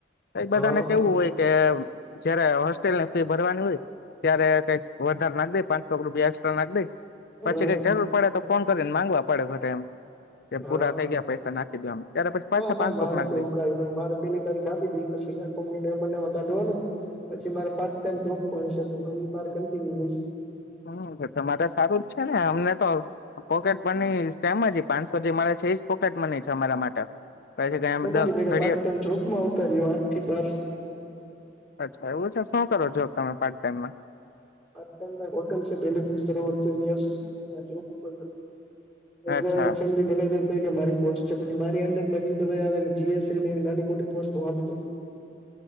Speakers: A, on the left; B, in the centre.
A: કંઈક બધા
B: હા
A: ને કેવું હોય કે જયારે હોસ્ટેલને ફી ભરવાની હોય ત્યારે કઈક વધારે નાખે પાંચસો રૂપિયા એક્સ્ટ્ર નાખ દે
B: હમ
A: પછી કઈક જરૂર પડે તો ફોન કરેને માંગવા પડે ઘરે એમ એ
B: હા
A: પૂરા થઈ ગયા પૈસા નાખી દો એમ ત્યારે પછી
B: ના
A: પાછા
B: ના
A: પાંચસો
B: મારે
A: નાખ
B: તો એવું
A: દે
B: કઈ ન મારે પેલી તારીખ આપી દી પછી આખો મને એને એમાં કાઢવાનું પછી મારે પાર્ટ ટાઈમ જોબ ભણી છે તો એ મારે કન્ટિન્યુ હોય
A: હમ તમારે સારું જ છે ને અમને તો પોકેટ બની સેમ જ પાંચસો જે મારે છે જ પોકટ મને છે અમારા માટે પછી કઈ દ
B: અરી ભેગા
A: ઘડીએ
B: પાર્ટ ટાઈમ જોબમાં આવતા રહ્યો આઠ થી બાર
A: અચ્છા એવું છે શું કરો છો તમે પાર્ટ ટાઈમમાં
B: હોટલ છે બેલ સવર ત્યા જું એઝ
A: અચ્છા
B: એપશ બી મેનેજર કે મારી પોસ્ટ છે પછી મારી અંદર મ બધ આવે જીએસ એવી નાની મોટી પોસ્ટ હું આપી દું